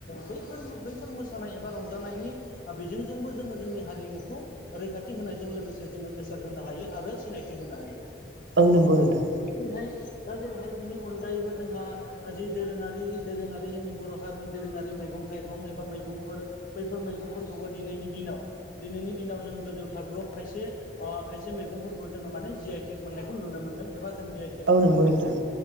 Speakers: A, on the left; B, on the right.
A: बैफोर बैफोर मोसानाय एबा रंजानायनि बिजोंजोंबो जोङो जोंनि हारिमुखौ रैखाथि होनायजों लोगोसे जोङो गोसार होनो हायो आरो सिनायथि होनो हायो।
B: औ नंगौ नोंथां
A: बेहाय दा जेरैहाय बिनि अनगायैबो जोंहा जि दोरोङारि दोरोङारि जोंनि बर' हारिनि दोरोङारि मैगं थाइगं एबा मैगंफोर बैफोर मैगंफोरखौबो दिनैनि दिनाव दिनैनि दिनाव जोङो गोजौ थाखोआव खायसे अ खायसे मैगंफोरखौ जोङो माने जि आइ टेक मोननायखौ नुनो मोनदों एबा जों जि आइ
B: औ
A: खौ
B: नंगौ
A: मोनदों
B: नोंथां